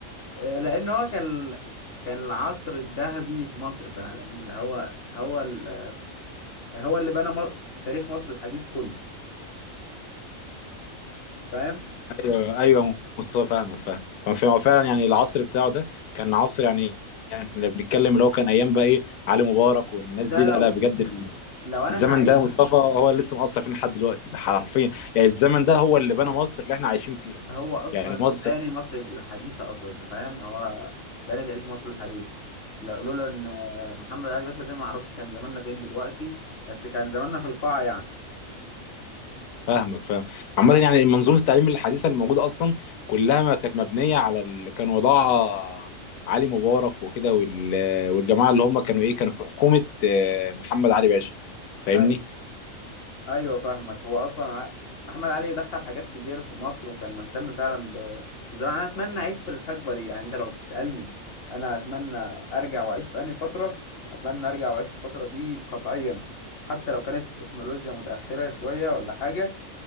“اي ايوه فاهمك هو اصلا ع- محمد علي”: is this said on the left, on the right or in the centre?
Left